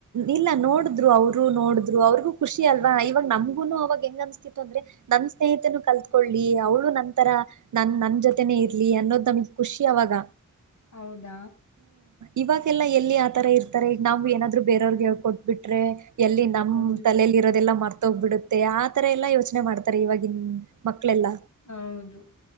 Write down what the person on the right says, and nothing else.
ಇಲ್ಲ ನೋಡಿದ್ರು ಅವರು ನೋಡಿದ್ರು ಅವ್ರಿಗೂ ಖುಷಿ ಅಲ್ವಾ ಇವಾಗ ನಮ್ಗುನು ಅವಾಗ ಹೆಂಗ್ ಅನ್ಸ್ತಿತ್ತು ಅಂದ್ರೆ ನನ್ ಸ್ನೇಹಿತನೂ ಕಲ್ತ್ಕೊಳ್ಲಿ ಅವ್ಳು ನನ್ಂತರ ನನ್ ನನ್ ಜೊತೆನೇ ಇರ್ಲಿ ಅನ್ನೋದ್ ನಮಗ್ ಖುಷಿ ಅವಾಗ
ಇವಾಗೆಲ್ಲಾ ಎಲ್ಲಿ ಆತರ ಇರ್ತಾರೆ ಈಗ ನಾವ್ ಏನಾದ್ರು ಬೇರವ್ರಗೆ ಹೇಳ್ಕೊಟ್ಬಿಟ್ರೆ ಎಲ್ಲಿ ನಮ್
ತಲಲಿ ಇರೋದೆಲ್ಲಾ ಮ್ತ ತೋಗ್ಬಿಡುತ್ತೆ ಆತರ ಎಲ್ಲಾ ಯೋಚನೆ ಮಾಡ್ತಾರೆ ಇವಾಗಿನ್ ಮ ಕ್ಲ್ಲ